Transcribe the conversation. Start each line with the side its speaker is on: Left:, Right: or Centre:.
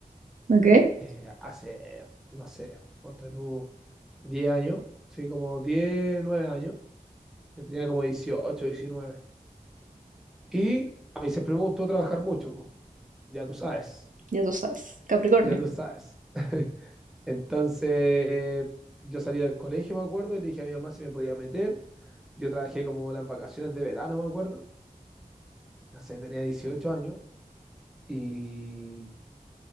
Right: ok.
Centre: eh, hace, eh, no sé, ponte tú, 10 años, sí, como 10 9 años. Yo tenía como dieciocho diecinueve Y a mí siempre me gustó trabajar mucho, pues, ya tú sabes,
Right: Ya tú sabes. Capricornio.
Centre: ya tú sabes. Entonces, yo salí del colegio, me acuerdo, y le dije a mi mamá si me podía meter. Yo trabajé como las vacaciones de verano, me acuerdo. No sé, tenía 18 años. Y,